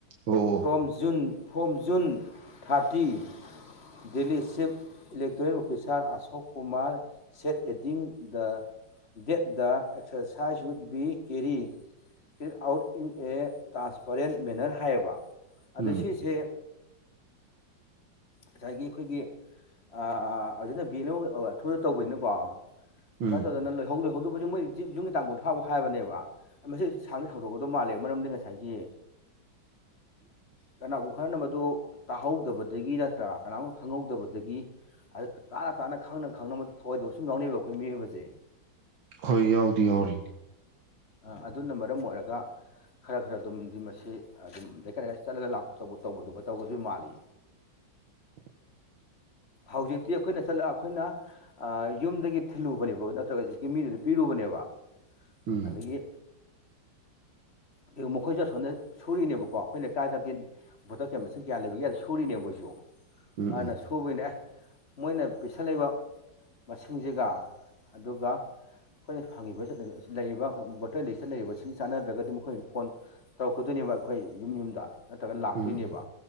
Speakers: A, on the right (about 75°); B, on the left (about 35°).
A: ꯑꯣ ꯑꯣ
B: from June from June thirty. Delhi chief electoral officer Ashok Kumar set adding the date the exercise ꯍꯋꯨꯠ be carry. In out in a transparent manner ꯍꯥꯏꯌꯦꯕ ꯑꯗꯣ
A: ꯎꯝ
B: ꯁꯤꯁꯦ ꯉꯁꯥꯏꯒꯤ ꯑꯈꯣꯏꯒꯤ ꯑꯥꯥ ꯑꯗꯨꯗ ꯕꯦꯟꯅꯨ ꯊ꯭ꯔꯨꯗ ꯇꯧꯕꯩꯅꯤꯅꯀꯣ ꯁꯨꯃꯥꯏꯅ
A: ꯎꯝ
B: ꯇꯧꯗꯅ ꯂꯩꯍꯧ ꯂꯩꯍꯧꯗꯧꯕꯖꯤ ꯃꯣꯏ ꯍꯧꯖꯤꯛ ꯖꯨꯟꯒꯤ ꯇꯥꯡ ꯀꯨꯟꯊ꯭ꯔꯥꯐꯥꯎ ꯍꯥꯏꯕꯅꯦꯕ ꯃꯁꯤ ꯁꯥꯡꯗꯤ ꯁꯥꯎꯗꯣꯛꯀꯗꯧ ꯃꯥꯂꯦꯕ ꯃꯔꯝꯗꯤ ꯉꯁꯥꯏꯒꯤ
A: ꯎꯝ
B: ꯀꯅꯥꯒꯨꯝꯕ ꯈꯔꯅ ꯃꯗꯨ ꯇꯥꯍꯧꯗꯕꯗꯒꯤ ꯅꯠꯇ꯭ꯔ ꯀꯅꯥꯒꯨꯝꯕ ꯈꯪꯍꯧꯗꯕꯗꯒꯤ ꯑꯗꯨ ꯇꯥꯅ ꯇꯥꯅ ꯈꯪꯅ ꯈꯪꯅꯕ ꯃꯗꯨ ꯊꯧꯑꯣꯏꯗꯕ ꯁꯨꯝ ꯌꯥꯎꯅꯩꯑꯕ ꯑꯩꯈꯣꯏ ꯃꯤꯑꯣꯏꯕꯁꯦ
A: ꯍꯣꯏ ꯌꯥꯎꯗꯤ ꯌꯥꯎꯔꯤ
B: ꯑ ꯑꯗꯨꯅ ꯃꯔꯝ ꯑꯣꯏꯔꯒ ꯈꯔ ꯈꯔ ꯑꯗꯨꯝꯗꯤ ꯃ ꯁꯤ ꯑꯗꯨꯝ ꯂꯩꯀꯥꯏ ꯂꯩꯀꯥꯏ ꯆꯠꯂꯒ ꯂꯥꯛꯄꯆꯧꯕ ꯇꯧꯕꯗꯨꯕ ꯇꯧꯒꯁꯨ ꯃꯥꯜꯂꯤ
A: <inaudible>
B: ꯍꯧꯖꯤꯛꯇꯤ ꯑꯈꯣꯏꯅ ꯆꯠꯂ ꯑꯈꯣꯏꯅ ꯑ ꯌꯨꯝꯗꯒꯤ ꯊꯤꯜꯂꯨꯕꯅꯦꯕ ꯅꯠꯇ꯭ꯔꯒ ꯍꯧꯖꯤꯛꯀꯤ ꯃꯤꯗꯨꯗ ꯄꯤꯔꯨꯕꯅꯦꯕ
A: ꯎꯝ
B: ꯑꯗꯒꯤ ꯀꯩꯒꯨꯝꯕ ꯑꯈꯣꯏꯁꯨ ꯑꯁꯣꯝꯗ ꯁꯣꯔꯤꯅꯦꯕꯀꯣ ꯑꯈꯣꯏ ꯂꯩꯀꯥꯏꯗ ꯀꯦꯟ ꯕꯣꯇꯔ ꯀꯌꯥ ꯃꯁꯤꯡ ꯀꯌꯥ ꯂꯩꯕꯒꯦꯗ ꯁꯨꯔꯤꯅꯦꯕ ꯃꯣꯏꯁꯨ
A: ꯎꯝ
B: ꯑꯗꯨꯅ
A: ꯎꯝ
B: ꯁꯨꯕꯅꯦ ꯃꯣꯏꯅ ꯄꯤꯁꯜꯂꯛꯏꯕ ꯃꯁꯤꯡꯁꯤꯒ ꯑꯗꯨꯒ ꯑꯈꯣꯏꯅ ꯐꯪꯉꯤꯕ ꯂꯩꯔꯤꯕ ꯕꯣꯇꯔ ꯂꯤꯁꯇ ꯂꯩꯔꯤꯕꯁꯤꯡ ꯆꯥꯟꯅꯗ꯭ꯔꯒꯗꯤ ꯃꯈꯣꯏꯅꯁꯨ ꯐꯣꯟ ꯈꯣꯠꯇꯣꯏꯅꯦꯕ ꯑꯩꯈꯣꯏ ꯌꯨꯝ ꯌꯨꯝꯗ ꯅꯠꯇ꯭ꯔꯒ ꯂꯥꯛꯇꯣꯏꯅꯦꯕ
A: ꯎꯝ ꯎꯝ